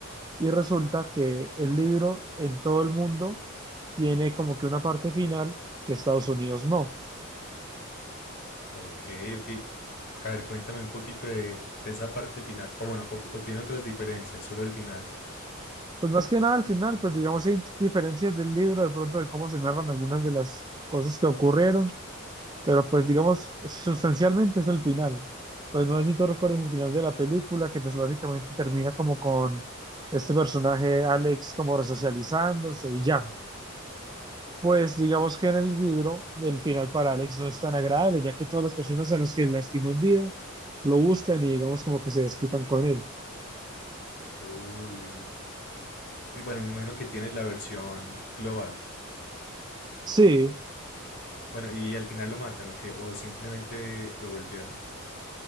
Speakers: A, on the right; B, on the left.
A: y resulta que el libro en todo el mundo tiene como que una parte final que Estados Unidos no.
B: Ok, ok. A ver, cuéntame un poquito de, de esa parte final. O bueno, o, o tiene otras diferencias, solo el final.
A: Pues más que nada al final, pues digamos, hay diferencias del libro de pronto de cómo se narran algunas de las cosas que ocurrieron, pero pues digamos, sustancialmente es el final. Pues no sé si tú recuerdas el final de la película, que pues básicamente termina como con este personaje Alex como resocializándose y ya. Pues digamos que en el libro el final para Alex no es tan agradable, ya que todas las personas a las que lastimó en vida lo buscan y digamos como que se desquitan con él.
B: Uy. Y bueno, me imagino que tienes la versión global.
A: Sí,
B: Bueno, y al final lo matan, ¿o qué? O simplemente lo golpearon.